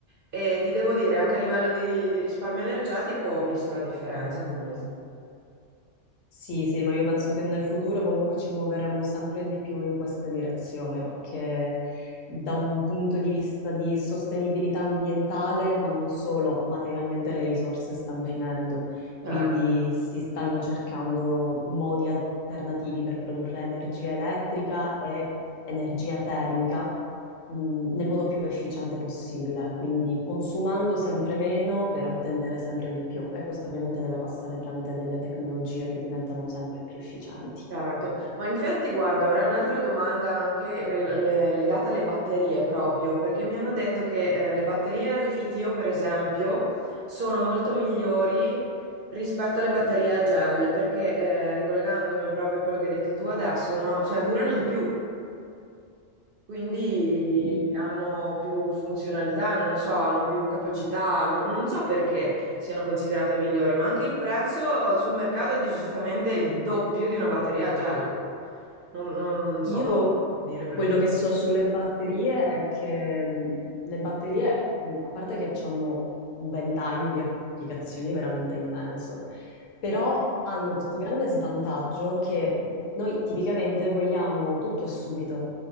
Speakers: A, on the right; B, on the left.
A: E ti devo dire, anche a livello di, di risparmio energetico ho visto la differenza comunque.
B: Sì, sì, ma io penso che nel futuro comunque ci muoveremo sempre di più in questa direzione perché da un punto di vista di sostenibilità ambientale, ma non solo, materialmente le risorse stanno finendo, quindi
A: Certo.
B: si stanno cercando modi alternativi per produrre energia elettrica e energia termica mh, nel modo più efficiente possibile, quindi consumando sempre meno per ottenere sempre di più. E questo ovviamente deve passare tramite delle tecnologie che diventano sempre più efficienti.
A: Certo, ma infatti guarda, avrei un'altra domanda anche re- le- legata alle batterie proprio, perché mi hanno detto che eh, le batterie al litio, per esempio, sono molto migliori rispetto alle batterie a gel, perché eh, ricollegandomi proprio a quello che hai detto tu adesso, no? Cioè durano di più. Quindi
B: Mm,
A: hanno più funzionalità, non lo so, hanno più capacità, non, non so perché siano considerate migliori, ma anche il prezzo sul mercato è decisamente il doppio di una batteria a gel. Non, non
B: Io
A: so dire perché.
B: quello che so sulle batterie è che mh, le batterie, mh, a parte che hanno un ventaglio di applicazioni veramente immenso, però hanno questo grande svantaggio che mh, noi tipicamente vogliamo tutto e subito.